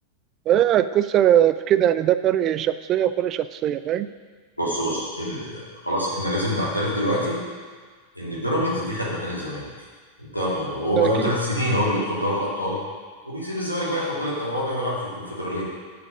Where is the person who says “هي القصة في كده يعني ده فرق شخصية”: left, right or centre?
Right